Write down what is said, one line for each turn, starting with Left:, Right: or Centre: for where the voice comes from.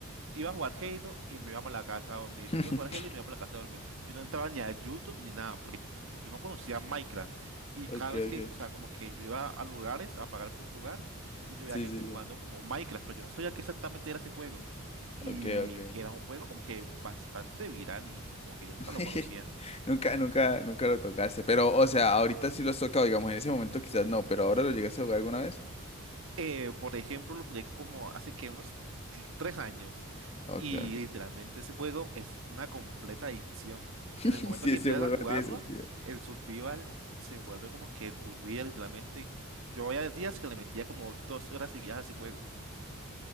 Right: iba a jugar Halo y me iba para la casa a dormir,
Left: <laughs>
Right: iba a jugar Halo y me iba para la casa a dormir. Yo no entraba ni a YouTube ni nada, porque yo no conocía Minecraft. Y
Left: Ok,
Right: cada vez
Left: ok.
Right: que, o sea, como que yo iba a lugares a pagar por jugar y yo veía
Left: Sí,
Right: gente
Left: sí, sí.
Right: jugando como Minecraft, pero yo no sabía qué exactamente era ese juego. Y
Left: Ok, ok.
Right: era un juego como que bastante viral y como que yo nunca
Left: <laughs>
Right: lo conocía.
Left: Nunca, nunca, nunca lo tocaste. Pero, o sea, ahorita sí lo has tocado, digamos, en ese momento quizás no, pero ahora lo llegaste a jugar alguna vez.
Right: Eh, por ejemplo, lo jugué como hace que unos t- tres años
Left: Ok,
Right: y
Left: ok.
Right: literalmente ese juego es una completa adicción.
Left: <laughs>
Right: En el momento
Left: Si
Right: que
Left: ese
Right: empiezas
Left: juego
Right: a jugarlo,
Left: tiene sentido.
Right: el survival se vuelve como que tu vida, literalmente. Yo había días que le metía como dos horas seguidas a ese juego.